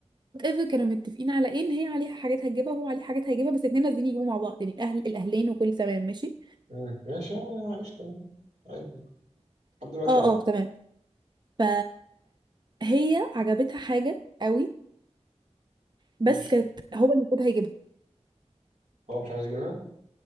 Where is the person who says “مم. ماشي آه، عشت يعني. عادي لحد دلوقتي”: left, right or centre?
Right